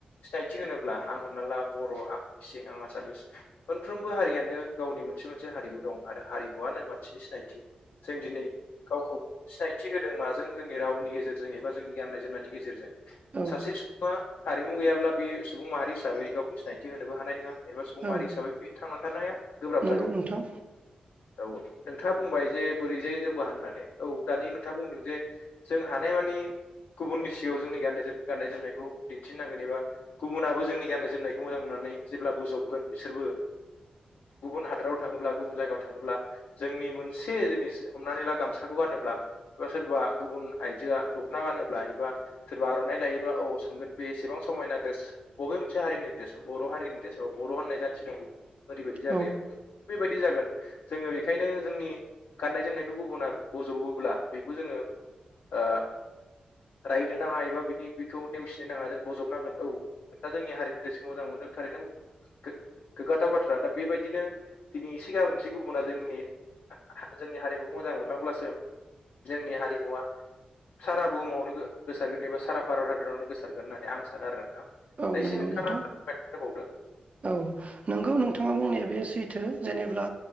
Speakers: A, on the left; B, on the right.
A: सिनायथि होनोब्ला आं हमना ला बर' आं मिसिं आं आसामिस मोनफ्रोमबो हारियानो गावनि मोनसे मोनसे हारिमु दं आरो हारिमुआनो मानसिनि सिनायथि जों दिनै गावखौ सिनायथि होदों माजों जों जोंनि रावनि गेजेरजों एबा जोंनि गाननाय जोमनायनि गेजेरजों
B: औ
A: सासे सु ङा हारिमु गैयाब्ला बे सुबुं माहारि हिसाबै गावखौ सिनायथि होनोबो हानाय नङा। एबा समारि
B: औ
A: हिसाबै बे थांनानै थानाया गोब्राब
B: नंगौ
A: जागोन।
B: नोंथां
A: औ नोंथाङा बुंबाय जे बोरैजाय जौगाहोन होननानै औ दानि नोंथाङा बुंदों जे जों हानायमानि गुबुननि सिगाङायाव जोंनि गाननाय जोमनाय गाननाय जोमनायखौ दिन्थिनांगोन एबा गुबुनाबो जोंनि गान्नाय जोमनायखौ मोजां नुनानै जेब्ला बोजबगोन बिसोरबो गुबुन हादोराव थाङोब्ला गुबुन जायगायाव थाङोब्ला जोंनि मोनसे जिनिस हमनानै ला गामसाखौ गानोब्ला एबा सोरबा गुबुन आइजोआ दख'ना गानोब्ला एबा सोरबा आर'नाइ लायोब्ला औ सोंगोन बे एसेबां समायना ड्रेस बबे मोनसे हारिनि ड्रेस बर' हारिनि ड्रेस अ बर' होननाय जाथि दं ओरैबायदि जागायाव
B: औ
A: बेबायदि जागोन। जोङो बेखायनो जोंनि गाननाय जोमनायखौ गुबुना बज'बोब्ला बेखौ जोङो ओ रायनो नाङा एबा बिनि बिखौ नेवसिनो नाङा जों बजबनांगोन औ। दा जोंनि हारिनि ड्रेसखौ मोजां मोनदों थारैनो गो-गोग्गाथाव बाथ्रा दा बेबायदिनो दिनै एसे गाबोन एसे गुबुना जोंनि हा-हा जोंनि हारिमुखौ मोजां मोनलांब्लासो जोंनि हारिमुवा सारा बुहुमावनो गो-गोसारगोन एबा सारा भारत हादरावनो गोसार होननानै आं सानो आरो नोंथां दा
B: औ
A: एसे
B: नंगौ
A: नोंथाङा
B: नोंथां
A: <inaudible> होबावदो।
B: औ नोंगौ नोंथाङा बुंनाया बे सैथो जेनेब्ला